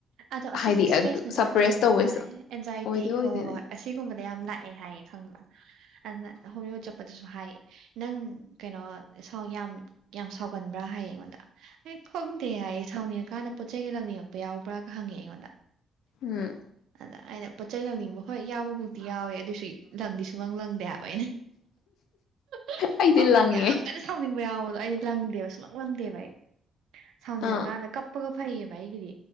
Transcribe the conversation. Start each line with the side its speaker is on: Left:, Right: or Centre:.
Right: ꯑꯗꯣ ꯑꯁꯤꯁꯦ
Left: ꯍꯥꯏꯗꯤ
Right: ꯏꯁꯇ꯭ꯔꯦꯁꯅꯁꯨ
Left: ꯑꯗꯨ ꯁꯄ꯭ꯔꯦꯁ
Right: ꯌꯥꯝ ꯄꯨꯕ
Left: ꯇꯧꯕꯩꯁꯨ
Right: ꯃꯥꯜꯂꯦ ꯑꯦꯟꯖꯥꯏꯇꯤ
Left: ꯑꯣꯏꯗꯤ ꯑꯣꯏꯗꯣꯏꯅꯦ
Right: ꯍꯣꯏ ꯍꯣꯏ ꯍꯣꯏ ꯑꯁꯤꯒꯨꯝꯕꯗ ꯌꯥꯝ ꯂꯥꯛꯑꯦ ꯍꯥꯏꯌꯦ ꯈꯪꯕꯔꯥ ꯑꯗꯨꯅ ꯍꯣꯃꯤꯌꯣ ꯆꯠꯄꯗꯁꯨ ꯍꯥꯏꯌꯦ ꯅꯪ ꯀꯩꯅꯣ ꯁꯥꯎꯗ ꯌꯥꯝ ꯁꯥꯎꯒꯟꯕ꯭ꯔꯥ ꯍꯥꯏꯌꯦ ꯑꯩꯉꯣꯟꯗ ꯑꯩ ꯈꯪꯗꯦ ꯍꯥꯏꯌꯦ ꯁꯥꯎꯅꯤꯡꯉꯀꯥꯟꯗ ꯆꯩ ꯒ ꯂꯪꯅꯤꯡꯉꯛꯄꯔꯥ ꯌꯥꯎꯕ꯭ꯔꯥꯒ ꯍꯪꯉꯦ ꯑꯩꯉꯣꯟꯗ
Left: ꯎꯝ
Right: ꯑꯗ ꯑꯩꯅ ꯄꯣꯠ ꯆꯩ ꯂꯪꯅꯤꯡꯕ ꯍꯣꯏ ꯌꯥꯎꯕꯕꯨꯨꯛꯇꯤ ꯌꯥꯎꯋꯦ ꯑꯗꯨꯏꯁꯨ ꯂꯪꯗꯤ ꯁꯨꯡꯂꯪ ꯂꯪꯗꯦꯕ <unintelligible>
Left: ꯑꯩꯗꯤ
Right: ꯑꯃꯃꯨꯛ
Left: ꯂꯪꯉꯦ
Right: ꯌꯥꯝ ꯀꯟꯅ ꯁꯥꯎꯅꯤꯡꯕ ꯌꯥꯎꯋ ꯑꯩ ꯂꯪꯗꯦꯕ ꯁꯨꯡꯂꯪ ꯂꯪꯗꯦꯕ ꯑꯩ ꯁꯥꯎꯅꯤꯡꯉꯀꯥꯟꯗ
Left: ꯑꯥ
Right: ꯀꯞꯄꯒ ꯐꯩꯌꯦꯕ ꯑꯩꯒꯤꯗꯤ